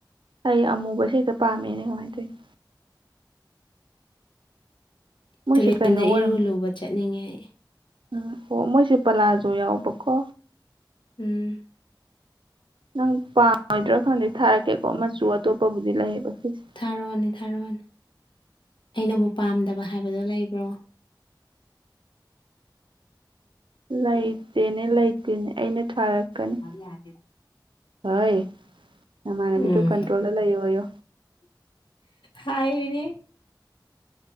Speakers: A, on the right; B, on the left.
A: ꯑꯩ ꯑꯃꯨꯕꯁꯦ ꯍꯦꯛꯇ ꯄꯥꯝꯃꯦꯅꯦ ꯀꯃꯥꯏꯅ ꯇꯧꯏꯅꯣ ꯃꯣꯏꯁꯦ
B: ꯇꯨꯔꯦꯟꯗ
A: ꯀꯩꯅꯣ ꯑꯣꯏꯔꯝꯃꯦ
B: ꯏꯔꯨ ꯂꯨꯕ ꯆꯠꯅꯤꯡꯉꯦ ꯑꯩ
A: ꯎꯝ ꯑꯣ ꯃꯣꯏꯁꯦ ꯄꯂꯥꯖꯨ ꯌꯥꯎꯕꯀꯣ
B: ꯎꯝ
A: ꯅꯪ ꯄꯥ ꯗ꯭ꯔ ꯍꯥꯟꯗꯩ ꯊꯥꯔꯛꯀꯦꯀꯣ ꯃꯆꯨ ꯑꯇꯣꯞꯄꯕꯨꯗꯤ ꯂꯩꯑꯕ ꯁꯤꯖꯦ
B: ꯊꯥꯔꯛꯑꯣꯅꯦ ꯊꯥꯔꯛꯑꯣꯅꯦ ꯑꯩꯅꯕꯨ ꯄꯥꯝꯗꯕ ꯍꯥꯏꯕꯗꯣ ꯂꯩꯕ꯭ꯔꯣ
A: ꯂꯩꯇꯦꯅꯦ ꯂꯩꯇꯦꯅꯦ ꯑꯩꯅ ꯊꯥꯔꯛꯀꯅꯤ
B: ꯌꯥꯏꯌꯦ
A: ꯍꯣꯏ ꯅꯃꯥꯟꯅꯕꯤꯗꯨ
B: ꯎꯝ
A: ꯀꯟꯇ꯭ꯔꯣꯜꯗ ꯂꯩꯌꯣꯌꯨ
B: ꯍꯥꯏꯔꯤꯅꯤ